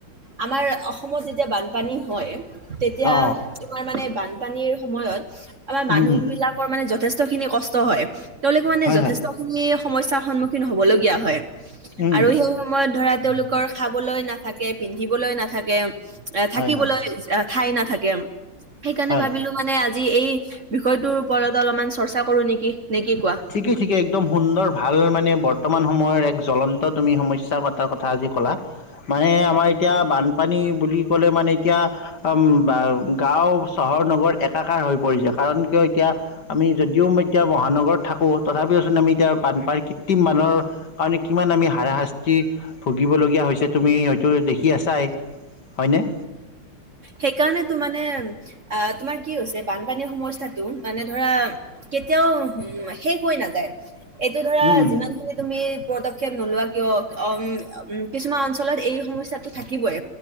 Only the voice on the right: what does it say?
আমাৰ অসমত যেতিয়া বানপানী হয়। তেতিয়া
তোমাৰ মানে বানপানীৰ সময়ত আমাৰ
মানুহ
বিলাকৰ মানে যথেষ্ট খিনি কষ্ট হয়, তেওঁলোকে মানে
যথেষ্টখিনি
সমস্যাৰ সন্মুখীন হবলগীয়া হয়,
আৰু
সেই সময়ত ধৰা তেওঁলোকৰ খাবলৈ নাথাকে, পিন্ধিবলৈ নাথাকে, এ থাকিবলৈ
ঠাই নাথাকে। সেইকাৰণে
ভাবিলো মানে আজি এই বিষয়টোৰ ওপৰত অলপমান চৰ্চা কৰো নেকি, নে কি কোৱা!
সেইকাৰণে তো মানে আহ তোমাৰ কি হৈছে, বানপানীৰ সমস্যা টো মানে ধৰা' কেতিয়াও উ শেষ হৈ নাযায়। এইটো ধৰা
যিমান খিনি তুমি পদক্ষেপ নোলোৱা কিয়, ওম উম কিছুমান অঞ্চলত এই সমস্যাটো থাকিবই।